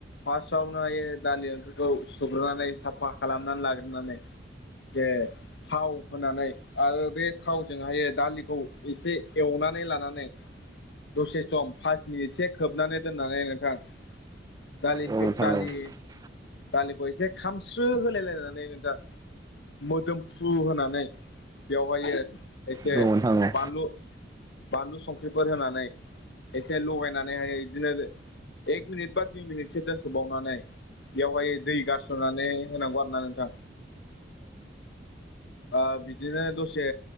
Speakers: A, on the left; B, on the right.
A: फार्स्टआवनो दालि ओंख्रिखौ सुग्रोनानै साफा खालामनानै लाग्रोनानै जे थाव होनानै आरो बे थावजोंहायो दालिखौ एसे एवनानै लानानै दसे सम पास मिनिटसो खोबनानै दोननानै नोंथां दालिसे
B: औ नोंथां औ नोंथां औ नोंथां औ नोंथां औ नोंथां औ नोंथां
A: दालि
B: औ
A: दालि जे खामस्रो होलाय लायनानै नोंथां मोदोमफ्रु होनानै बेवहायो एसे
B: औ नोंथां औ।
A: बानलु बानलु संख्रिफोर होनानै एसे लगायनानैहायो बिदिनो एक मिनिट बा दुइ मिनिटसो दोनथबावनानै बेयावहाय दै गारसनानै होनांगौ आरो ना नोंथां ओ बिदिनो दसे